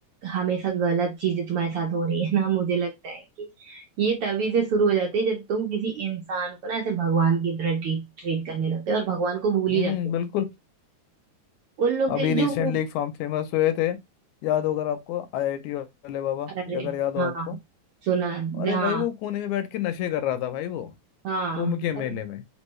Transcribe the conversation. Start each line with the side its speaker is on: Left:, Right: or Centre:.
Right: हमेशा गलत चीजें तुम्हारे साथ हो रही है ना मुझे लगता है कि ये तभी से शुरू हो जाती है जब तुम किसी इंसान को ना ऐसे भगवान की तरह ट्रीट ट्रीट करने लगते हो और भगवान को भूल ही
Left: हम्म
Right: जाते
Left: बिल्कुल
Right: हो उन लोग
Left: अभी
Right: के
Left: रिसेंटली
Right: जो वो-
Left: एक फार्म फेमस हुए थे याद होगा आपको आईआईटी वाले बाबा
Right: अरे
Left: अगर याद
Right: हाँ
Left: हो आपको
Right: सुना
Left: अरे
Right: हाँ
Left: भाई वो कोने में बैठ के नशे कर रहा था भाई वो
Right: हाँ
Left: कुंभ के मेले
Right: और
Left: में